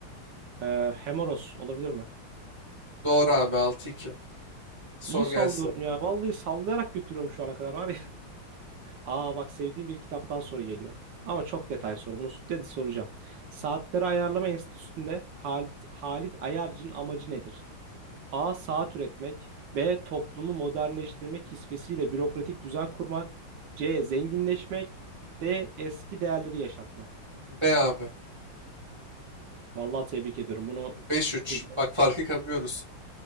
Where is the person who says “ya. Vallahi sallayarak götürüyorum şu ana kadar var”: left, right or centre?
Right